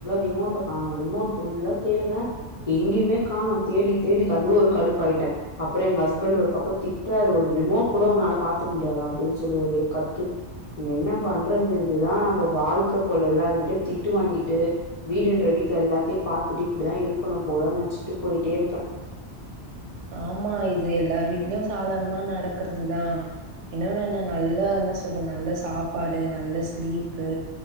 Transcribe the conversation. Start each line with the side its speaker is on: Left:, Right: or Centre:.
Left: ரிமோட்ட காணும் ரிமோட் ஃபுல்லா தேடுறேன் எங்கயுமே காணோ தேடி தேடி அதுவே ஒரு கடுப்புாயிட்டேன் அப்புறம் எங்க ஹஸ்பண்ட் ஒரு பக்கம் திட்டுறாரு ஒரு ரிமோட் கூட உன்னால பார்த்துக்க முடியாதா அப்படின்னு சொல்லி ஒரே கத்து என்ன பண்றது இதுதான் நம்ம வாழ்க்க போல எல்லாரு கிட்டயு திட்டு வாங்கிட்டு வீடுன்ற வீட்ல எல்லாத்தையு பார்த்துட்டு இப்படிதான் இருக்கணும் போலும்னுு நினைச்சிட்டு போயிட்டே இருப்பேன்
Right: ஆமா இது எல்லார் வீட்லயும் சாதாரணமா நடக்கறதுதான் என்னன்னு என்ன நல்லா என்ன சொல்றது நல்ல சாப்பாடு நல்ல ஸ்லீப்பு